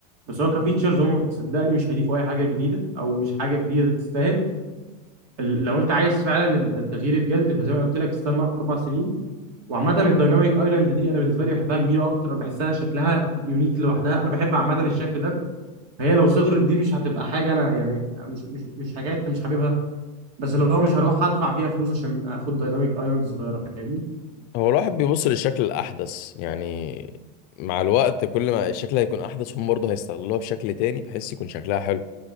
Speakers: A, on the right; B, on the left.
A: بس هو كفيتشرز هم صدقني مش هيضيفوا أي حاجة جديدة أو مش حاجة جديدة تستاهل ال- لو انت عايز فعلا ال- التغيير الجذري فزي ما قلت لك استنى اربع سنين وعامه الدايناميك ايلاند دي انا بالنسبه لي بحبها كبيره اكتر انا بحسها شكلها يونيك لوحدها انا بحب عامه الشكل ده فهي لو صغرت دي مش هتبقى حاجه انا يعني مش مش مش حاجات انت مش حاببها بس اللي هو مش هروح ادفع فيها فلوس عشان اخد دايناميك ايلاند صغيره فاهمني
B: هو الواحد بيبص للشكل الأحدث يعني مع الوقت كل ما الشكل هيكون أحدث هم برضه هيستغلوها بشكل تاني بحيث يكون شكلها حلو